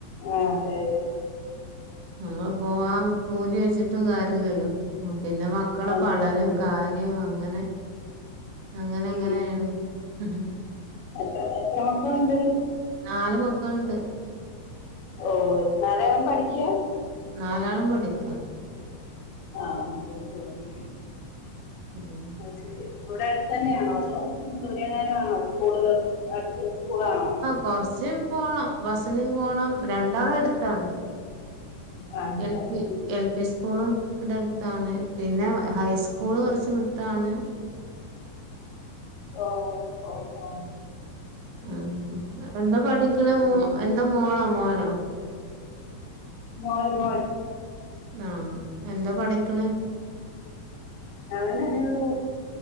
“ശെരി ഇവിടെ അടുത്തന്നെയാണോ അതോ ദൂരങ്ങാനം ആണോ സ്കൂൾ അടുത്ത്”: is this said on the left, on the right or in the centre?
Left